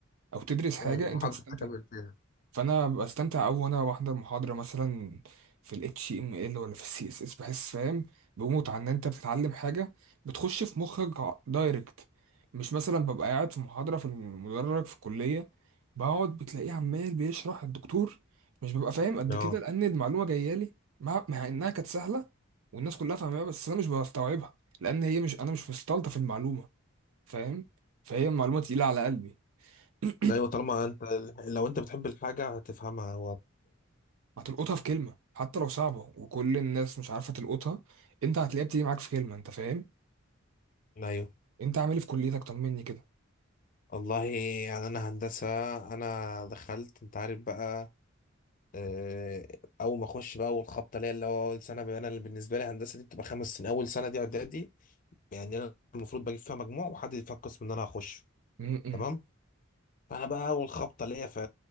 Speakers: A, on the right (about 75°); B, on the left (about 40°).
A: او تدرس حاجة
B: مم،
A: انت
B: وحابب
A: بتستمتع
B: تكمل فيها
A: فانا بستمتع قوي وانا بحضر محاضره مثلا في ال HTML ولا في ال CSS بحس فاهم بموت عن ان انت بتتعلم حاجه بتخش في مخك ع- دايركت مش مثلا ببقى قاعد في محاضره في المدرج في الكليه بقعد بتلاقيه عمال بيشرح الدكتور مش ببقى فاهم قد
B: اه
A: كده لان المعلومه جايه لي مع, مع انها كانت سهله والناس كلها فاهماها بس انا مش بستوعبها لان هي مش انا مش مستلطف المعلومه فاهم فهي المعلومه تقيله على قلبي <clears throat>
B: ايوه طالما انت لو انت بتحب الحاجة هتفهمها وهت...
A: هتلقطها في كلمة حتى لو صعبة وكل الناس مش عارفة تلقطها انت هتلاقيها بتيجي معاك في كلمة انت فاهم
B: ايوه
A: انت عامل إيه في كليتك طمني كده
B: والله يعني انا هندسه انا دخلت انت عارف بقى آه، اول ما اخش بقى اول خبطه ليا اللي هو اول سنه بقى انا اللي بالنسبه لي هندسه دي بتبقى خمس سنين اول سنه دي اعدادي يعني انا المفروض بجيب فيها مجموع وحد يدفع القسم اللي انا هخش
A: امم إمم.
B: تمام فانا بقى اول خبطه ليا في